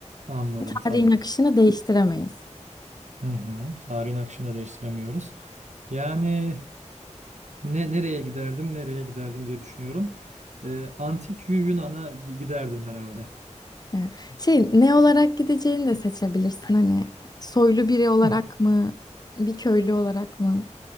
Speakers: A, on the right; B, on the left.
A: Anladım
B: Tarihin
A: tamam.
B: akışını değiştiremeyiz.
A: Hı hı. Tarihin akışını da değiştiremiyoruz. Yani ne nereye giderdim nereye giderdim diye düşünüyorum. Ee, antik Yu- Yunan'a gi- giderdim herhalde.
B: Yani şey ne olarak gideceğini de seçebilirsin. Hani soylu biri olarak
A: <clears throat> Hı.
B: mı, bir köylü olarak mı?